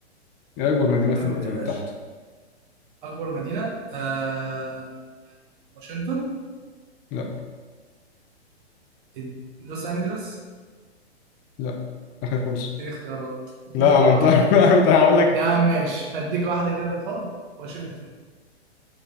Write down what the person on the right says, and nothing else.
كمل
يا
باشا أكبر مدينة آه... واشنطن
إد- لوس أنجلوس
اديني اختيارات اديني
اختيارات
يا عم ماشي هديك واحدة كده بالحب واشنطن